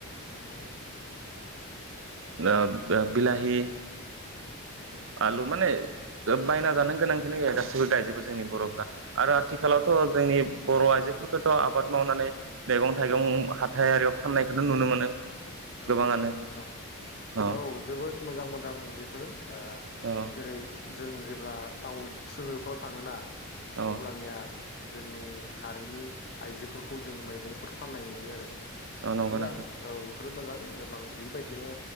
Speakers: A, on the left; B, on the right.
A: नंगौ
B: ओ नो बिलाहि
A: उम
B: आलु माने बायना जानो गोनां गासैबो गायजोबो जोंनि बरफ्रा आरो आथिखालावथ
A: नंगौ
B: जोंनि बर आइजोफोरखौथ आबाद मावनानै मैगं थाइगं हाथायारियाव फाननायखौथ नुनो मोनो
A: नंगौ
B: गोबाङानो
A: नंगौ नोंथां
B: अ
A: औ जोबोद मोजां मोजां बेफोरो ओ
B: अ
A: जेरै जों जेब्ला टाउन सोहोरफ्राव थाङोना
B: अ
A: अब्लानिया जोंनि हारिनि आइजोफोरखौ जों मैगंफोर फाननाय नुयो आरो
B: अ नंगौ
A: मोजां
B: नोंथां
A: औ फोरो मोजां जोब गोबां बेबायदिनो